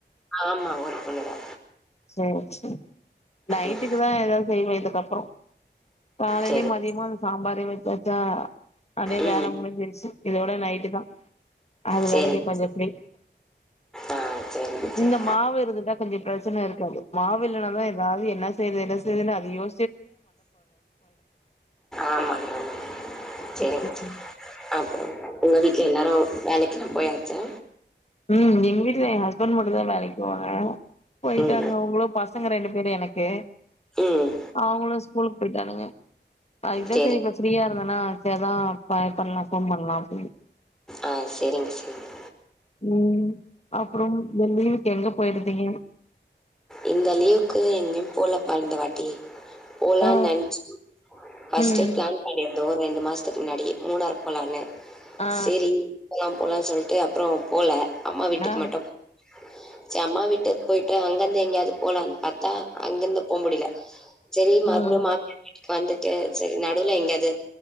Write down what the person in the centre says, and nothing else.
ஆமா ஒரு பொண்ணுதா
ம்
சேரி.
ம்
சேரிங்.
ஆ சேரிங்க சேரி.
ஆமாங்க ஆமாங்க செரிங்க
செரிங்க அப்றொ உங்க வீ ட்ல எல்லாரு வேலைக்கெல்லா போயாச்சா
ம்
ம்
சரி.
ஆ செரிங்க செரிங்க.
இந்த லீவுக்கு எங்யும் போல மா இந்த வாட்டி போலான்
நென்ச்சு பஸ்டே
பிளான் பண்ணிரு. தோ ஒரு ரெண்டு மாசத்துக்கு முன்னாடி மூணரு போலான்னே.
சேரிங்கலாம். போலான் சொல்ட்டு அப்புறோ போல. அம்மா வீட்டுக்குமட்டு
செ அம்மா வீட்டுக்கு போயிட்டு அங்கந்து எங்யாது போலான் பாத்தா அங்கந்து போ முடில செரி மறுப்டியு
<inaudible> வந்துட்டு சரி நடுவ்ல எங்யாது